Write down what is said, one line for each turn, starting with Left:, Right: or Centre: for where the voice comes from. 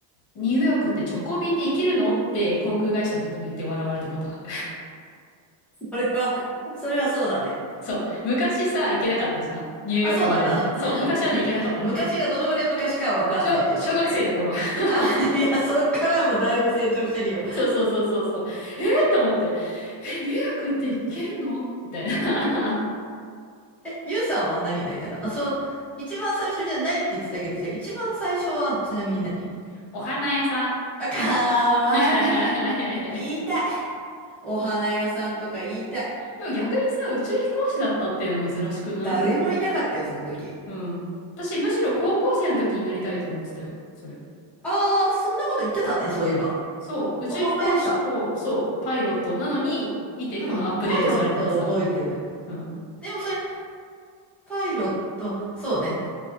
Left: ニューヨークって直行便で行けるのって航空会社の時に言って笑われたことある。
Centre: う。<laughs> それは、それはそうだね。
Left: <laughs> そう。昔さ、行けなかったじゃん。ニューヨークまでって。
Centre: あ、そうなんだ。
Left: そう。昔はね、
Centre: <laughs>
Left: 行けなかったんだよ。
Centre: 昔がどのぐらい昔かはわからないけど。
Left: 小、小学生の頃。<laughs>
Centre: あ、いや、そっからはもうだいぶ成長してるよ。
Left: そうそうそうそうそう。えーって思って。え、ニューヨークって行けるのみたいな。
Centre: え、ゆうさんは何になりたかなその、一番最初じゃないって言ってたけど、じゃあ一番最初はちなみに何
Left: <laughs> お花屋さん。
Centre: あ、かわいい。
Left: <laughs> いやいやいや。
Centre: 言いたい。お花屋さんとか言いたい。
Left: でも逆にさ、宇宙飛行士だったっていうの珍しくない
Centre: 誰もいなかったよ、その時。
Left: うん。私むしろ高校生の時になりたいと思ってたよ。それ。
Centre: ああー、そんなこと言ってたね、そういえば。
Left: そう。宇宙飛行士と、
Centre: 思い出した。
Left: そう、パイロットなのに、見て、
Centre: うん。
Left: このアップデートされてなさ。
Centre: パイロットを覚えてる。
Left: うん。
Centre: でもそれ、パイロット、そうね。